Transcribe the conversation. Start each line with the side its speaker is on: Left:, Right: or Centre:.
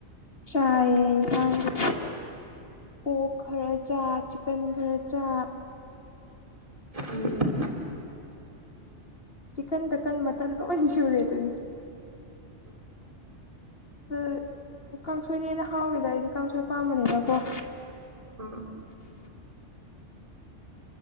Left: ꯆꯥꯏꯌꯦ ꯏꯟꯁꯥꯡꯒꯤꯗꯤ ꯄꯣꯛ ꯈꯔ ꯆꯥ ꯆꯤꯛꯀꯟ ꯈꯔ ꯆꯥ
Right: ꯎꯝ
Left: ꯆꯤꯛꯀꯟ ꯇꯀꯟ ꯃꯇꯟ ꯂꯣꯏ ꯁꯨꯔꯦ ꯑꯗꯨꯗꯤ
Right: ꯎꯝ
Left: ꯑꯗꯨ ꯀꯥꯡꯁꯣꯏꯅꯦ ꯍꯦꯟꯅ ꯍꯥꯎꯋꯤꯗ ꯑꯩꯗꯤ ꯀꯥꯡꯁꯣꯏ ꯄꯥꯝꯕꯅꯤꯅꯀꯣ
Right: ꯎꯝ